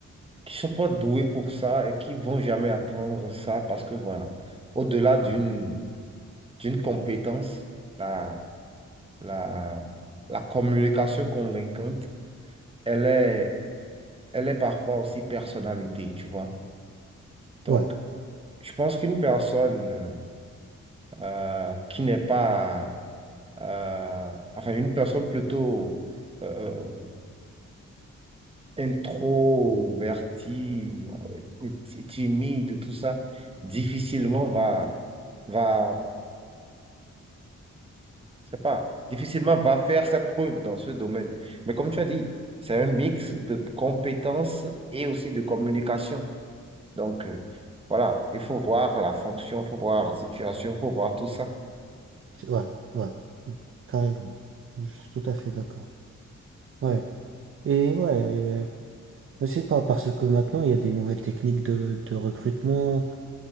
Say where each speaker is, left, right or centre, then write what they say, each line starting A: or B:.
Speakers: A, on the right; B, on the right.
A: qui sont pas doués pour ça et qui vont jamais apprendre ça parce que voilà, au-delà d'une d'une compétence, la, la, la communication convaincante, elle est, elle est parfois aussi personnalité, tu vois. Donc,
B: Ouais,
A: je pense qu'une personne euh, qui n'est pas, euh, enfin, une personne plutôt euh, euh, introvertie, euh, ti- timide, tout ça, difficilement va, va c'est pas, difficilement va faire ses preuves dans ce domaine. Mais comme tu as dit, c'est un mix de compétences et aussi de communication. Donc, euh, voilà, il faut voir la fonction, il faut voir la situation, il faut voir tout ça.
B: ouais, ouais, carrément. Je suis tout à fait d'accord. Ouais. Et ouais, euh, je sais pas, parce que maintenant, il y a des nouvelles techniques de, de recrutement